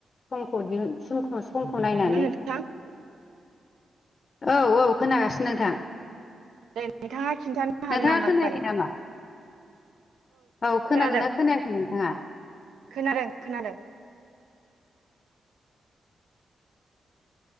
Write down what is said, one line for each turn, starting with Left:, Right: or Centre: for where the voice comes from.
Left: समखौ दिहुन समख समखौ नायनानै
Right: हेल' नोंथां
Left: औ औ खोनागासिनो नोंथां।
Right: दे नोंथाङा खिन्थानो हागोन
Left: नोंथाङा
Right: नामा
Left: खोनायाखै
Right: दायो?
Left: नामा औ खोनादो
Right: खोनादों
Left: ना खोनायाखै नोंथाङा?
Right: खोनादों खोनादों।